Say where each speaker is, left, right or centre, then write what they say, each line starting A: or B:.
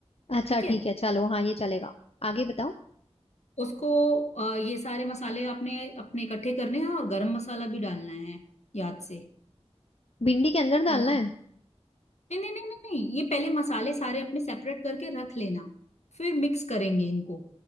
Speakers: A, on the left; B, on the left.
A: अच्छा
B: ठीक है
A: ठीक है चलो हाँ ये चलेगा आगे बताओ
B: उसको अ, ये सारे मसाले आपने अपने इकट्ठे करने हैं और गरम मसाला भी डालना है याद से
A: भिंडी के अंदर डालना
B: और
A: है
B: नहीं नहीं नहीं नहीं नहीं ये पहले मसाले सारे अपने सेपरेट करके रख लेना फिर मिक्स करेंगे इनको